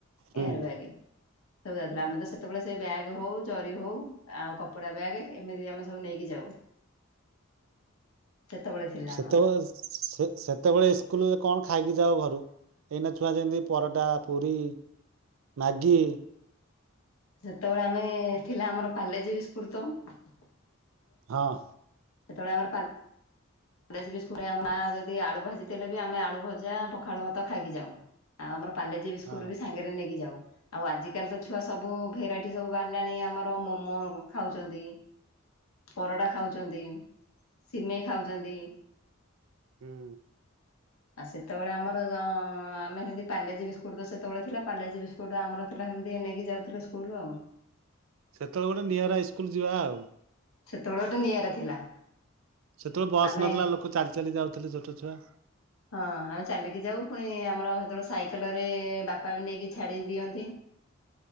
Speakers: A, on the right (about 65°); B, on the left (about 75°).
A: ହୁଁ
B: ଏହାର
A: ହୁଁ।
B: ବ୍ୟାଗ୍ ଆଗଥିଲା ଆମେ ତ ସେତେବେଳେ ସେ ବ୍ୟାଗ ହଉ ଜରି ହଉ ଆଉ କପଡା ବ୍ୟାଗ୍ ଏମିତି ଆମେ ସବୁ ନେଇକି ଯାଉ। ସେତେବେଳେ ଥିଲା
A: ସେତେବେଳେ
B: ଆମର
A: ସେ ସେତେବେଳେ ସ୍କୁଲରେ କଣ ଖାଇ ଖାଇକି ଯାଅ ଘରୁ ଏଇନା ଛୁଆ ଯେମିତି ପରଟା, ପୁରୀ, ମାଗି
B: ସେତେବେଳେ ଆମେ ଥିଲା ଆମର ପାଲେଜୀ ବିସ୍କୁଟ ତ <unintelligible>
A: ହଁ
B: ସେତେବେଳେ ଆମର ପା କଲେଜ ବି ସ୍କୁ ମା ଯଦି ଆଳୁ ଭାଜି ଦେଲେ ବି ଆମେ ଆଳୁ ଭଜା ପଖାଳ ଭାତ ଖାଇକି ଯାଉ। ଆଉ ଆମର ପାଲେଜି ବିସ୍କୁଟ
A: ହଁ।
B: ବି ସାଙ୍ଗରେ ନେଇକି ଯାଉ। ଆଉ ଆଜିକାଲି ତ ଛୁଆ ସବୁ ଭେରାଇଟି ସବୁ ବାହାରିଲାଣି ଆମର ମୋମୋ ଖାଉଛନ୍ତି। ପରଟା ଖାଉଛନ୍ତି ସିମେଇ ଖାଉଛନ୍ତି।
A: ହୁଁ
B: ଆ ସେତେବେଳେ ଆମର ଆଁ ଆମେ ସେମିତି ପାଲେଜଜି ବିସ୍କୁଟ୍ ତ ସେତେବେଳେ ଥିଲା ପାଲେଜି ବିସ୍କୁଟ୍ ଆମର ଥିଲା ସେମିତି ନେଇକି ଯାଉଥିଲୁ ଷ୍କୁ ଲୁ ଆଉ।
A: ସେତେବେଳେ ଗୋଟେ ନିଆରାଇ ଇସ୍କୁଲ ଯିବା ଆଉ।
B: ସେତେବେଳେ ଗୋଟେ ନିଆରା ଥିଲା।
A: ସେତେବେଳେ ବସ୍
B: ଆମେ
A: ନଥିଲା ଲୋକ ଚାଲି ଚାଲି ଯାଉଥିଲେ ଛୋଟ ଛୁଆ।
B: ହଁ ଆମେ ଚାଲିକି ଯାଉ ପୁଣି ଆମର ତେଣୁ ସାଇକଲରେ ବାପା ନେଇକି ଛାଡି ଦିଅନ୍ତି।